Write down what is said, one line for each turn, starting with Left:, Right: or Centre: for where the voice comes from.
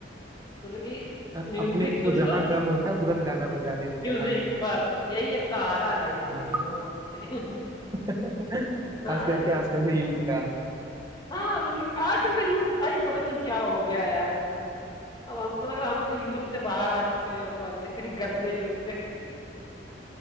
Left: कि
Right: अ-
Left: म्यूजिक
Right: अपने को
Left: सुन
Right: जहाँ
Left: लो
Right: गम होता है तुरंत गाना बजा लेते
Left: म्यूजिक
Right: हैं हाँ
Left: बस यही एक सहारा है भाई जिंदगी
Right: हाँ
Left: में और कुछ नहीं
Right: <laughs> खास
Left: <laughs> हाँ
Right: करके
Left: यार,
Right: आजकल के यूथ का
Left: हाँ मतलब कि आजकल का यूथ भाई पता नहीं क्या हो गया यार अब हमको लग रहा है हम तो यूथ से बाहर आ चुके हैं उस वाले <laughs> गंदे यूथ से